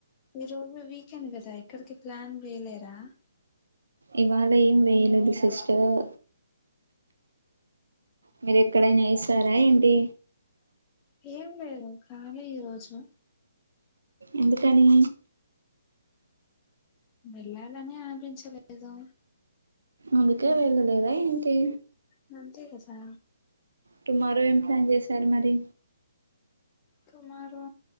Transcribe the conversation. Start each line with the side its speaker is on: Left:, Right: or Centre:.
Left: ఈ రోజు వీకెండ్ కదా ఇక్కడికి ప్లాన్ వేయలేరా
Right: ఇవాళం వేలుది సిస్టర్ మీరు ఎక్కడైనా వస్తారా ఏంటి
Left: ఏం లేదు కాలి ఈరోోజు
Right: ఎందుకని
Left: వెళ్లాలని అనిపించలేదు
Right: అందుకే వెళ్ళలేదా ఏంటి
Left: నంత క సా
Right: టుమారో ఏం ప్లాన్ చేశారు మరి
Left: కుమారు